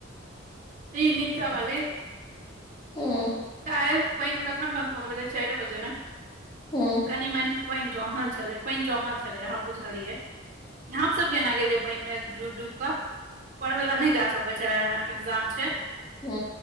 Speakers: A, on the right (about 40°); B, on the left (about 20°).
A: ई नीचा वाली।
B: हूँ।
A: काइल पानि कखन बन्द भऽ गेलै चारि बजे ने
B: हूँ
A: कनि मनि। पानि जमल छलै पानि जमल छलै हाँ बुझलियै। हमसभ केना गेलियै पानि मे डूबि डूब कऽ। पढै बला नहि जा सके हे एग्जाम छैय।
B: हूँ